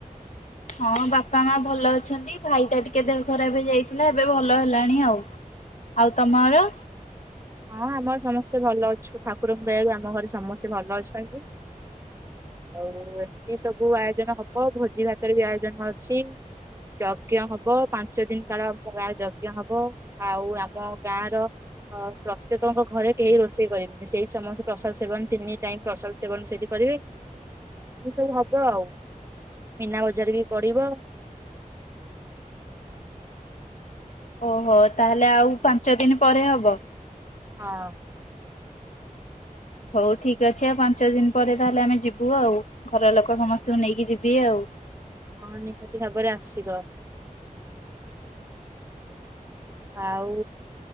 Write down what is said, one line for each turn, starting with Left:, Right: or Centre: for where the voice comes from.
Left: ହଁ ବାପା ମା ଭଲ ଅଛନ୍ତି ଭାଇଟା ଟିକେ ଦେହ ଖରାପ ହେଇଯାଇଥିଲା ଏବେ ଭଲ ହେଲାଣି ଆଉ। ଆଉ ତମର
Right: ହଁ ଆମର ସମସ୍ତେ ଭଲ ଅଛୁ ଠାକୁରଙ୍କ ଦୟାରୁ ଆମ ଘରେ ସମସ୍ତେ ଭଲ ଅଛନ୍ତି। ଆଉ ଏମ୍ତି ସବୁ ଆୟୋଜନ ହବ ଭୋଜି ଭାତରେ ବି ଆୟୋଜନ ଅଛି ଯଜ୍ଞ ହବ ପାଞ୍ଚ ଦିନ୍ କାଳ ପ୍ରାୟେ ଯଜ୍ଞ ହବ ଆଉ ଆମ ଗାଁ ର ଅ ପ୍ରତ୍ୟେକଙ୍କ ଘରେ କେହି ରୋଷେଇ କରିବେନି ସେଇ ସମସ୍ତେ ପ୍ରସାଦ୍ ସେବନ୍ ତିନି ଟାଇମ୍ ପ୍ରସାଦ୍ ସେବନ୍ ସେଇଠି କରିବେ ଏ ସବୁ ହବ ଆଉ ମୀନା ବଜାର୍ ବି ପଡିବ
Left: ଓହୋ ତାହେଲେ ଆଉ ପାଞ୍ଚ ଦିନ୍ ପରେ ହବ?
Right: ହଁ।
Left: ହଉ ଠିକ୍ ଅଛି ଆଉ ପାଞ୍ଚ ଦିନ୍ ପରେ ତାହେଲେ ଆମେ ଯିବୁ ଆଉ ଘର ଲୋକ ସମସ୍ତଙ୍କୁ ନେଇକି ଯିବି ଆଉ।
Right: ହଁ ନିହାତି ଭାବରେ ଆସିବ। ଆଉ